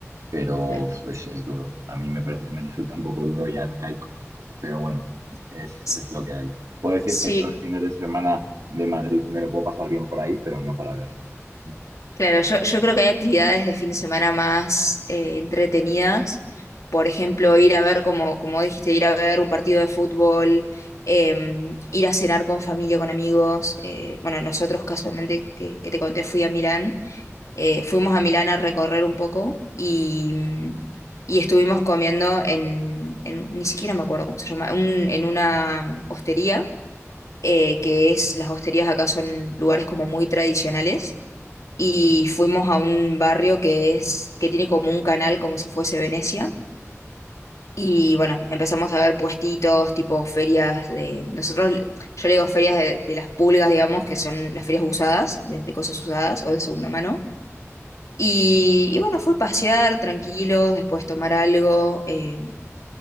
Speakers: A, on the right (about 80°); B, on the left (about 80°).
A: Pero
B: claro.
A: uf, es, es duro. A mí me parece, me resulta un poco duro y arcaico. Pero bueno, es,
B: S-
A: es lo que hay. Puedo decir
B: Sí,
A: que los fines de semana de Madrid me lo puedo pasar bien por ahí, pero no para verlo. Ujú.
B: Claro, yo, yo creo que hay actividades de fin de semana más eh, entretenidas. Por ejemplo, ir a ver, como, como dijiste, ir a ver un partido de fútbol, em, ir a cenar con familia, con amigos. eh, bueno, nosotros casualmente, que, que te conté, fui a Milán. eh, fuimos a Milán a recorrer un poco y, mm, y estuvimos comiendo en, en- ni siquiera me acuerdo cómo se llama, un- en una hostería, eh, que es, las hosterías acá son lugares como muy tradicionales y fuimos a un barrio que es, que tiene como un canal como si fuese Venecia. Y bueno, empezamos a ver puestitos, tipo ferias de, nosotros, yo le digo ferias de, de las pulgas, digamos, que son las ferias usadas, de, de cosas usadas o de segunda mano. Y, y bueno, fue pasear tranquilos, después tomar algo. eh,